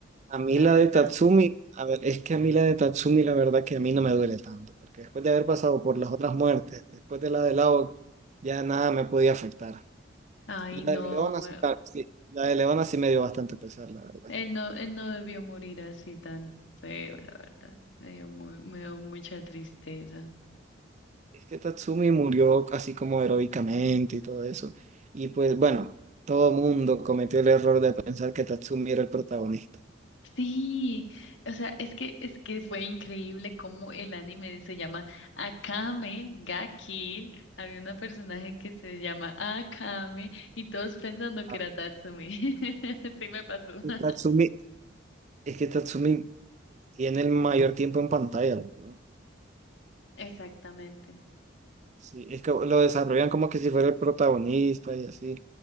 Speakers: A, on the right; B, on the left.
A: A mí
B: la
A: la
B: verdad.
A: de Tatsumi, a ver, es que a mí la de Tatsumi la verdad que a mí no me duele tanto, porque después de haber pasado por las otras muertes, después de la de Lao, ya nada me podía afectar.
B: Ay,
A: Y la
B: no,
A: de Leona sí,
B: eh,
A: ta- sí, la de Leona sí me dio bastante pesar, la verdad.
B: él no, él no debió morir así tan feo, la verdad. Me dio muy, me dio mucha tristeza.
A: Es que Tatsumi murió así como heroicamente y todo eso. Y pues bueno, todo mundo cometió el error de pensar que Tatsumi era el protagonista.
B: Sí, o sea, es que es que fue increíble cómo el anime se llama Akame ga Kill. Había una personaje que se llama Akame y todos pensando que
A: Ah,
B: era Tatsumi. <laughs> Sí me pasó.
A: y
B: <laughs>
A: Tatsumi, es que Tatsumi tiene el mayor tiempo en pantalla. ¿no?
B: Exactamente.
A: Sí, es que lo desarrollan como que si fuera el protagonista y así.